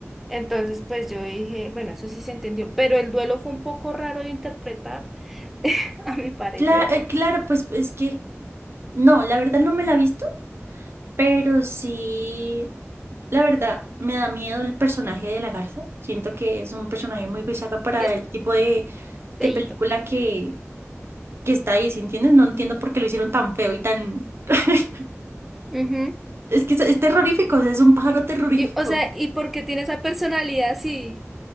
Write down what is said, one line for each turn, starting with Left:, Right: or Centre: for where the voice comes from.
Centre: Entonces, pues yo dije, bueno, eso sí se entendió, pero el duelo fue un poco raro de interpretar, <laughs> a mi parecer,
Right: Cla- eh, claro, pues es que, no, la verdad no me la he visto, pero sí, la verdad, me da miedo el personaje de la garza. Siento que es un personaje muy bizarro para
Centre: y es
Right: el tipo de,
Centre: feíto.
Right: de película que, que está ahí, ¿sí entiendes? No entiendo por qué lo hicieron tan feo y tan... <laughs>
Centre: Ujú.
Right: Es que es, es terrorífico, o sea, es un pájaro terrorífico.
Centre: Y, o sea, ¿y porque tiene esa personalidad así?